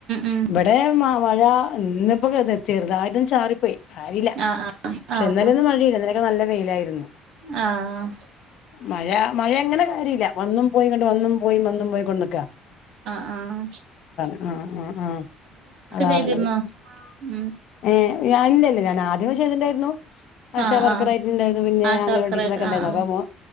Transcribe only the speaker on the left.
ഇവിടെ മഴ ഇന്നിപ്പോ ചെറുതായിട്ടൊന്ന് ചാറിപ്പോയി കാര്യമില്ല
പക്ഷെ
ഇന്നലെ ഒന്നും മഴയില്ല ഇന്നലൊക്കെ നല്ല വെയിലായിരുന്നു
മഴ മഴ എങ്ങനെ കാര്യല്ല വന്നും പോയി വന്നും പോയി വന്നും പോയി കൊണ്ട്ക്ക
ആ ആ ആ അതാറണത്
ഏ ഇല്ലല്ല ഞാൻ അ ചെയ്തിട്ടണ്ടായിരുന്നു ആശാവർക്കർ
ആയിട്ടുണ്ടായിരുന്നു പിന്നെ
അംഗൻവാടി
ടീച്ചറൊരക്കെ ഉണ്ടായിരുന്നു